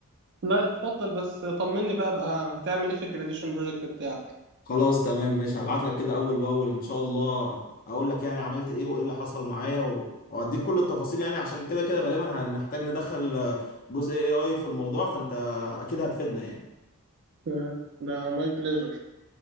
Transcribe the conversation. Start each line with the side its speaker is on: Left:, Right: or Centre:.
Right: لا اتفضل بس طمني بقى بقى هتعمل ايه في الجراديشن بروجكت بتاعك
Left: خلاص تمام ماشي هبعت لك كده اول باول ان شاء الله اقول لك يعني عملت ايه وايه اللي حصل معايا و- واديك كل التفاصيل يعني عشان كده كده غالبا هنحتاج ندخل آه، جزء اي اي في الموضوع فانت اكيد هتفيدنا يعني
Right: آه، ده ماي بليجر